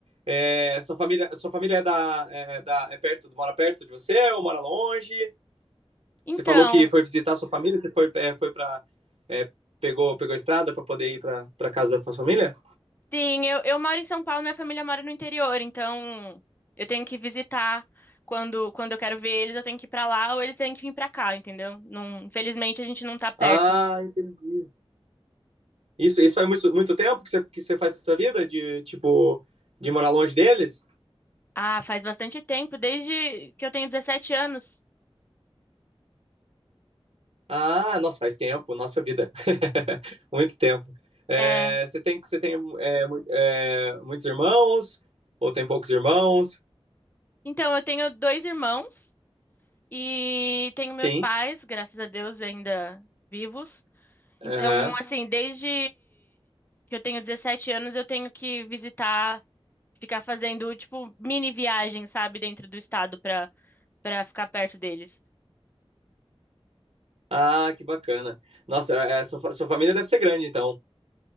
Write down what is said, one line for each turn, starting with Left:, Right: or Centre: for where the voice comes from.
Right: É, sua família, sua família é da, é da, é perto, mora perto de você ou mora longe?
Left: Então,
Right: Você falou que foi visitar sua família, você foi, é, foi para é, pegou pegou a estrada para poder ir para para casa da sua família?
Left: sim, eu, eu moro em São Paulo, minha família mora no interior, então eu tenho que visitar quando, quando eu quero ver eles, eu tenho que ir pra lá ou eles têm que vir pra cá, entendeu? Não, infelizmente a gente não tá perto.
Right: Ah, entendi. Isso, isso faz muito, muito tempo que você, que você faz essa vida de tipo de morar longe deles?
Left: Ah, faz bastante tempo, desde que eu tenho 17 anos.
Right: Ah, nossa, faz tempo, nossa vida. <laughs> Muito tempo. É,
Left: É,
Right: você tem, você tem é, mu- é, muitos irmãos? Ou tem poucos irmãos?
Left: então, eu tenho dois irmãos. E tenho meus
Right: Sim.
Left: pais, graças a Deus, ainda vivos.
Right: Aham.
Left: Então, assim, desde que eu tenho 17 anos, eu tenho que visitar, ficar fazendo, tipo, mini viagem, sabe, dentro do estado para para ficar perto deles.
Right: Ah, que bacana. Nossa, é, sua, fa- sua família deve ser grande, então.